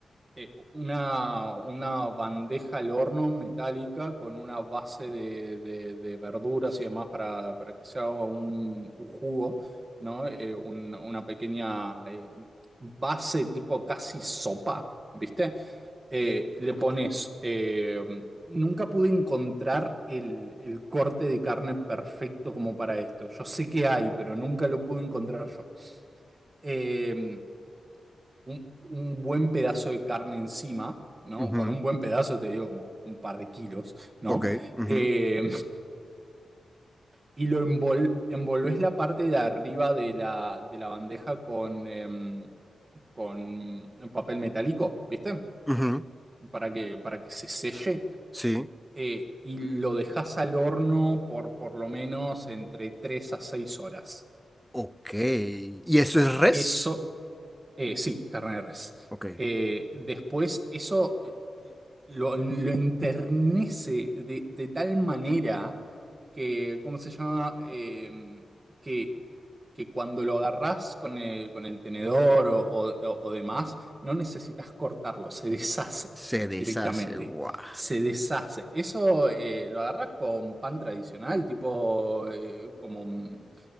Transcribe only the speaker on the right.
eh, una, una bandeja al horno metálica con una base de, de- de verduras y demás para, para que se haga un, un jugo, ¿no? Eh, un- una pequeña eh, base tipo casi sopa, ¿viste? Eh, le pones... eh, Nunca pude encontrar el, el corte de carne perfecto como para esto. Yo sé que hay, pero nunca lo pude encontrar yo. Eh, un, un buen pedazo de carne encima, ¿no?
Con un buen pedazo, te digo, como un par de kilos, ¿no?
Eh, y lo envol- envolvés la parte de arriba de la, de la bandeja con, em, con papel metálico, ¿viste?
Para que, para que se selle.
eh, y lo dejas al horno por por lo menos entre 3 a 6 horas.
Eso Eh, sí, carne de res.
Eh, después eso eh, lo, lo enternece de, de tal manera que, ¿cómo se llama? Eh, que, que cuando lo agarrás con el, con el tenedor o, o- o- o demás, no necesitas cortarlo, se deshace
directamente,
se deshace. Eso eh, lo agarrás con pan tradicional, tipo eh, como... mm,